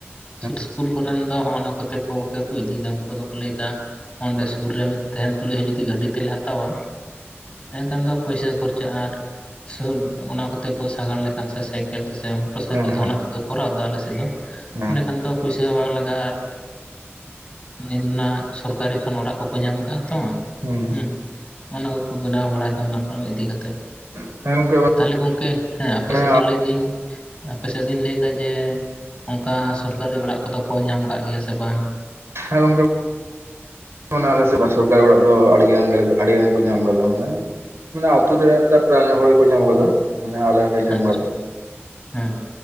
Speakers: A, on the right (about 70°); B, on the left (about 20°).
A: ᱦᱮᱸ ᱦᱮᱸ
B: ᱥᱩᱨ ᱥᱠᱯᱩᱨ ᱠᱚᱨᱮᱱ ᱫᱚ ᱦᱚᱜᱼᱱᱟ ᱠᱚᱛᱮ ᱜᱮᱠᱚ ᱤᱫᱤᱭᱮᱫᱟ ᱩᱱᱠᱩ ᱫᱚᱠᱚ ᱞᱟᱹᱭᱮᱫᱟ ᱚᱸᱰᱮ ᱥᱩᱨ ᱨᱮ ᱛᱟᱦᱮᱱ ᱛᱩᱞᱩᱡ ᱦᱚᱸ ᱡᱩᱫᱤ ᱜᱟᱹᱰᱤ ᱛᱮᱞᱮ ᱦᱟᱛᱟᱣᱟ ᱮᱱᱠᱷᱟᱱ ᱫᱚ ᱯᱩᱭᱥᱟᱹ ᱠᱷᱚᱨᱪᱟᱜ-ᱟ ᱟᱨ ᱥᱩᱨ ᱚᱱᱟ ᱠᱚᱛᱮ ᱠᱚ ᱥᱟᱜᱟᱲ ᱞᱮᱠᱷᱟᱱ ᱥᱮ ᱥᱟᱭᱠᱮᱞ ᱥᱮ ᱢᱚᱴᱚᱨ ᱥᱟᱭᱠᱮᱞ
A: ᱦᱮᱸ ᱦᱮᱸ ᱦᱮᱸ
B: ᱛᱮ ᱚᱱᱟ ᱛᱮᱠᱚ ᱠᱚᱨᱟᱣ ᱮᱫᱟ ᱟᱞᱮ ᱥᱮᱫ ᱫᱚ
A: ᱦᱮᱸ
B: ᱤᱱᱟ. ᱠᱷᱟᱱ ᱫᱚ ᱯᱩᱭᱥᱟᱹ ᱦᱚᱸ ᱵᱟᱝ ᱞᱟᱜᱟᱜᱼᱟ ᱟᱨ ᱚᱱᱟ ᱥᱚᱨᱠᱟᱨᱤ ᱠᱷᱚᱱ ᱚᱲᱟᱜ ᱠᱚᱠᱚ ᱧᱟᱢ ᱟᱠᱟᱫᱟᱼᱟ ᱛᱤᱧ
A: ᱦᱩᱸ
B: ᱩᱸ ᱚᱱᱟ ᱠᱚᱠᱚ ᱵᱮᱱᱟᱣ ᱵᱟᱲᱟᱭᱮᱫᱟ ᱚᱱᱟ ᱠᱚ ᱤᱫᱤ ᱠᱟᱛᱮ
A: <unintelligible>
B: ᱛᱟᱦᱚᱞᱮ ᱜᱚᱢᱠᱮ ᱦᱮᱸ
A: ᱢᱟᱱᱮ
B: ᱟᱯᱮ ᱥᱮᱫ ᱫᱚ ᱞᱟᱹᱭ ᱫᱟᱹᱧ ᱟᱯᱮ ᱥᱮᱫ ᱫᱚᱩᱧ ᱞᱟᱹᱭᱫᱟ ᱡᱮ ᱚᱱᱠᱟ ᱥᱚᱨᱠᱟᱨᱤ ᱚᱲᱟᱜ ᱠᱚᱫᱚ ᱠᱚ ᱧᱟᱢ ᱟᱠᱟᱜ ᱜᱮᱭᱟ ᱥᱮ ᱵᱟᱝ?
A: ᱦᱮᱸ ᱜᱚᱢ ᱚᱱᱟ ᱥᱚᱨᱠᱟᱨᱤ ᱚᱲᱟᱜ ᱫᱚ ᱟᱹᱰᱤᱜᱟᱱ ᱟᱹᱰᱤᱜᱟᱱ ᱠᱚ ᱧᱟᱢ ᱟᱠᱟᱫᱟ ᱵᱚᱞᱮ ᱢᱟᱱᱮ ᱟᱛᱩᱨ ᱨᱮ ᱚᱱᱠᱟ ᱯᱨᱟᱭᱟᱱᱚ ᱦᱚᱲ ᱠᱚ ᱧᱟᱢ ᱟᱠᱟᱫᱟ ᱢᱟᱱᱮ ᱟᱞᱮ ᱦᱚᱸᱞᱮ ᱧᱟᱢ
B: ᱟᱪᱪᱷᱟ
A: ᱠᱟᱫᱟ
B: ᱦᱮᱸ